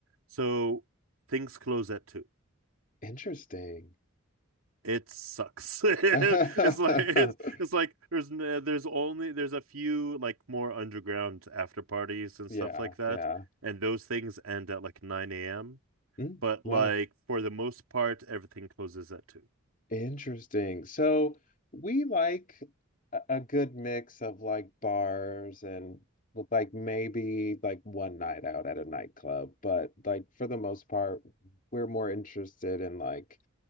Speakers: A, on the right (about 80°); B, on the left (about 40°).
A: So things close at two.
B: Interesting.
A: It sucks. <laughs> It's
B: <laughs>
A: like it's, it's like there's there's only there's a few like more underground after parties and
B: Yeah,
A: stuff like that
B: yeah.
A: and those things end at like 9 a.m.
B: Mm,
A: but
B: wow.
A: like for the most part, everything closes at two.
B: Interesting. So we like a, a good mix of like bars and with, like maybe like one night out at a nightclub, but like for the most part, we're more interested in like